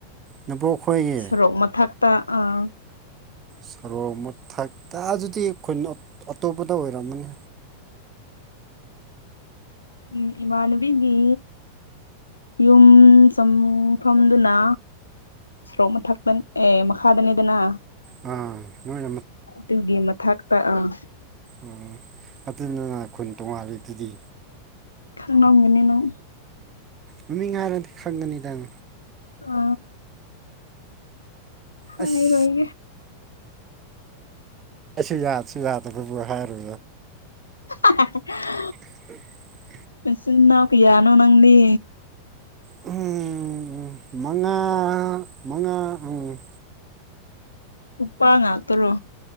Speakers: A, on the right; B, on the left.
A: ꯅꯕꯣꯛ ꯈꯣꯏꯒꯤ
B: ꯁꯣꯔꯣꯛ ꯃꯊꯛ ꯑꯥ
A: ꯁꯣꯔꯣꯡ ꯃꯊꯛꯇ ꯑꯗꯨꯗꯤ ꯑꯩꯈꯣꯏꯅ ꯑꯇꯣꯞꯄꯗ ꯑꯣꯏꯔꯝꯃꯅꯤ
B: ꯎꯝ ꯏꯃꯥꯟꯅꯕꯤꯒꯤ ꯌꯨꯝ ꯆꯪꯐꯝꯗꯨꯅ ꯑꯃ ꯊꯥꯛꯄꯟ ꯑꯦ ꯃꯈꯥꯗꯅꯤꯗꯅ
A: ꯑꯥ ꯅꯣꯏ
B: ꯑꯗꯨꯒꯤ ꯃꯊꯛꯇ ꯑꯥ
A: ꯑꯣ ꯑꯗꯨꯗꯨꯅ ꯈꯨꯟ ꯇꯣꯉꯥꯜꯂꯤꯗꯨꯗꯤ
B: ꯈꯪꯅꯅꯕ ꯃꯅꯨꯡꯅꯤ ꯅꯪ
A: ꯃꯃꯤꯡ ꯍꯥꯏꯔꯗꯤ ꯈꯪꯒꯅꯤꯗꯪ
B: ꯑ ꯍꯥꯏꯔꯣꯏ
A: ꯑꯁ ꯑꯩꯁꯨ ꯌꯥꯗꯁꯨ ꯌꯥꯗꯕꯕꯨ ꯍꯥꯏꯔꯨ
B: <unintelligible>
A: <unintelligible>
B: ꯃꯆꯤꯟ ꯅꯅꯥꯎ ꯀꯌꯥꯅꯣ ꯅꯪꯗꯤ
A: ꯎꯝ ꯎꯝ ꯃꯉꯥ ꯃꯉꯥ ꯎꯝ
B: ꯅꯨꯄꯥ ꯉꯥꯛꯇꯔꯣ